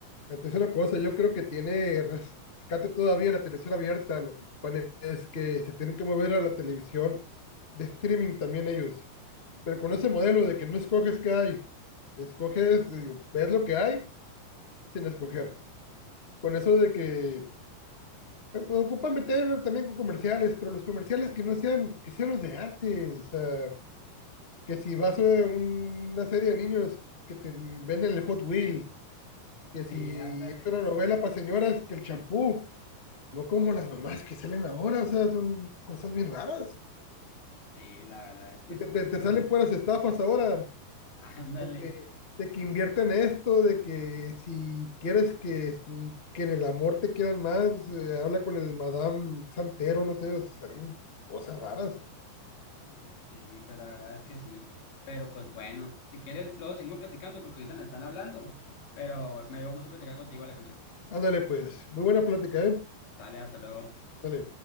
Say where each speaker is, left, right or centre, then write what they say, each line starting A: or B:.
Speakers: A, on the left (about 55°); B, on the left (about 85°).
A: La tercera cosa, yo creo que tiene rescate todavía la televisión abierta. Lo que ocupan es que se tienen que mover a la televisión de streaming también ellos. Pero con ese modelo de que no escoges qué hay, escoges, digo, ves lo que hay sin escoger. Con eso de que eh, pues, ocupan meterlo también con comerciales, pero los comerciales que no sean, que sean los de antes. O sea, que si vas a una serie de niños que te venden el Hot Wheel, que
B: Sí,
A: si
B: ándale.
A: es una novela para señoras, que el champú No como las mamás que salen ahora, o sea, son cosas bien raras.
B: Sí, la verdad es que
A: Te, te-
B: sí,
A: te
B: pero
A: salen
B: pues,
A: puras estafas ahora,
B: <laughs> ándale.
A: de que, de que invierten esto, de que si quieres que, que en el amor te quieran más, eh, habla con el Madame Santero, no sé, o sea, son cosas raras.
B: Sí, pues la verdad es que sí. Pero pues bueno, si quieres, luego seguimos platicando porque ahorita me están hablando. Pero me dio gusto platicar contigo, Alejandro.
A: Ándale, pues, muy buena plática, ¿eh?
B: Dale, hasta luego.
A: Dale.